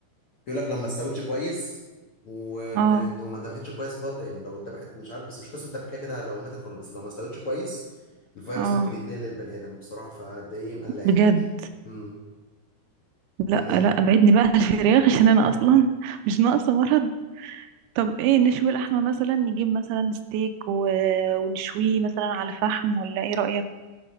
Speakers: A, on the left; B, on the right.
A: بيقول لك لو ما استوتش كويس وكانت
B: اه
A: وما اتذبحتش كويس برضه يعني لو اتذبحت مش عارف بس مش قصه الذبح كده كده لو ماتت خالص بس لو ما استوتش كويس الفيروس
B: اه
A: ممكن يتنقل للبني ادم بصراحه فده ايه مقلقاني
B: بجد
A: امم لان
B: لا لا ابعدني بقى عن الفراخ عشان انا
A: <laughs>
B: اصلا مش ناقصة مرض طب ايه نشوي اللحمة مثلا نجيب مثلا ستيك و... ونشويه مثلا على فحم ولا ايه رأيك